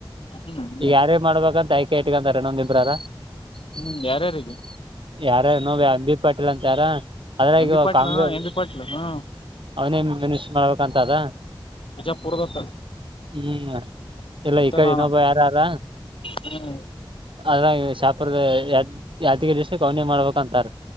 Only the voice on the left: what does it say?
ಹ್ಮ್ ಹ್ಮ್
ಹ್ಮ್ ಯಾರ್ಯಾರಿಗೆ
ಎಂ B Patil
M B Patil ಹ್ಮ್
ಬಿಜಾಪುರದತ್ತ
ಮತ್ತ
ನಾನ
ಹ್ಮ್